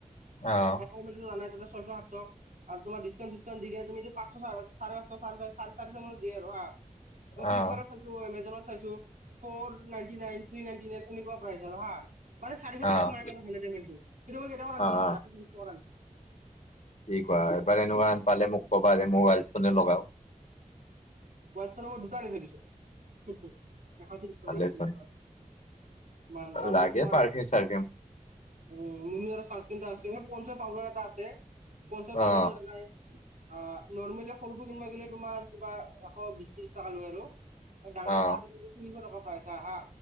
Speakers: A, on the left; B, on the right.
A: অ',
B: তুমিতো‌ জানাই তাতে ছয়শ সাতশ। আৰু তোমাৰ ডিছকাউণ্ট-চিছকাউণ্ট দি কেনে তুমিটো পাঁশ, চাৰে পাঁশ, চাৰে চাৰিশ মান দিয়ে আৰু হা। মই ফ্লিপকাৰ্টত
A: অ',
B: চাইছোঁ, এমেজনত চাইছোঁ, for ninety nine, three ninety nine, এনেকুৱা প্ৰাইচ আৰু হা। মানে চাৰিশ
A: অ',
B: তলত নাই আৰু হালধীয়া মেনটো কিন্তু মই কেই টকাত আনছো
A: অ',
B: জানা এশ ত্ৰিশ টকাত আনছো।
A: কি কোৱা। এবাৰ এনেকুৱান পালে মোক ক'বা যে মোবাইল ষ্টনে লগাওঁক।
B: <unintelligible> দুটা‌ আনি থৈ দিছোঁ, এশত্ৰিশ টকাত
A: ভালেচোন
B: এশত্ৰিশ টকাত। মান তাৰপিছত
A: লাগে
B: তোমাৰ
A: পাৰফিউম
B: উম,
A: চাৰফিউম
B: মুনা আৰু চানস্ক্ৰীণ-তানস্ক্ৰীণ আৰু পঞ্চৰ পউাদাৰ এটা আছে পঞ্চৰ পাউদাৰতো‌
A: অ
B: যেনাই। অহ, নৰ্মেলি সৰুটো কিনবা গিলে তোমাৰ, কিবা এশ বিশ ত্ৰিশ টকা লৈ আৰু। ডাঙৰটো
A: অ
B: আছে সেইটো তিনিশ টকা প্ৰাইছ হা।